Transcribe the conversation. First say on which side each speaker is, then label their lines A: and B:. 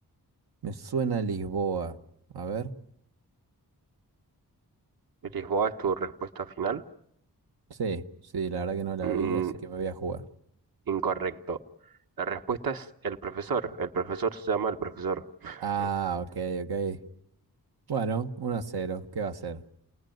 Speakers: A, on the right; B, on the right.
A: Me suena Lisboa. A ver.
B: ¿Lisboa es tu respuesta final?
A: Sí, sí, la verdad que no la
B: Mm,
A: vi, así que me voy a jugar.
B: incorrecto. La respuesta es el profesor. El profesor se llama el profesor. <laughs>
A: Ah, ok, ok. Bueno, uno a cero. ¿Qué va a hacer?